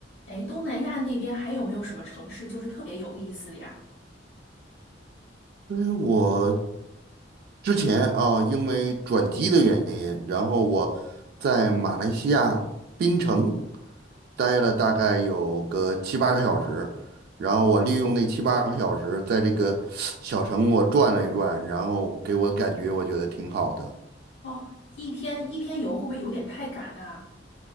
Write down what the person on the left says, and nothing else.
哎，东南亚那边还有没有什么城市就是特别有意思的呀？
哦，一天一天游会不会有点太赶啊？